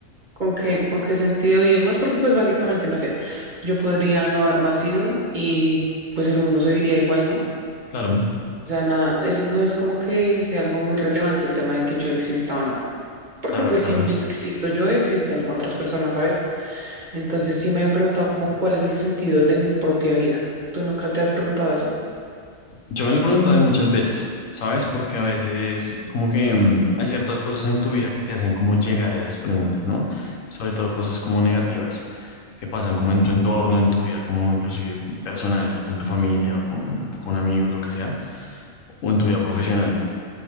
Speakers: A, on the right (about 35°); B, on the left (about 75°).
A: ¿con qué, con qué sentido vivimos? Porque pues básicamente, no sé, yo podría no haber nacido y pues el mundo seguiría igual, ¿no?
B: claro,
A: O sea, nada, eso no es como que sea algo muy relevante el tema de que yo exista o no. Porque
B: claro,
A: pues
B: claro.
A: si no existo yo, existen otras personas, ¿sabes? Entonces sí me he preguntado como cuál es el sentido de mi propia vida. ¿Tú nunca te has preguntado eso?
B: Yo me lo he preguntado muchas veces, ¿sabes? Porque a veces como que mm, hay ciertas cosas en tu vida que te hacen como llegar a esas preguntas, ¿no? Sobre todo cosas como negativas que pasan como en tu entorno, en tu vida, como inclusive personal, con tu familia o con, con amigos, lo que sea, o en tu vida profesional.